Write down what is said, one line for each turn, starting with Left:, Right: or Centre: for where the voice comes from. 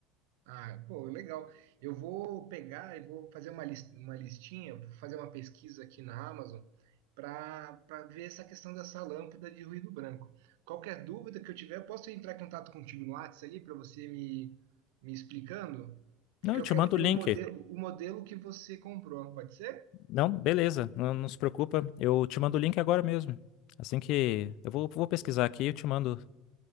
Right: Ah, pô, legal. Eu vou pegar e vou fazer uma lis- uma listinha, vou fazer uma pesquisa aqui na Amazon para para ver essa questão dessa lâmpada de ruído branco. Qualquer dúvida que eu tiver, eu posso entrar em contato contigo no WhatsApp ali para você me, me explicando? Porque
Left: Não, eu
Right: eu
Left: te
Right: quero
Left: mando
Right: ver
Left: o link.
Right: o modelo, o modelo que você comprou, pode ser?
Left: Não, beleza, não, não se preocupa. Eu te mando o link agora mesmo. Assim que eu vou, vou pesquisar aqui, eu te mando.